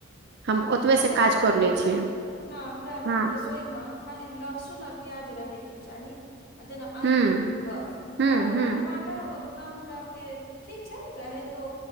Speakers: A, on the right; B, on the left.
A: हम ओतबे
B: हमरा
A: से काज
B: आरके
A: कर
B: त
A: ले छियै
B: ओता हमरा आरके
A: हँ
B: रसोई मऽ खाली लहसुन आओर प्याज रहैके चाही जेना आलू
A: हूँ
B: बस
A: हूँ
B: आओर <unintelligible>
A: हूँ
B: ओतना हमरा आर के ठीक छै रहेतो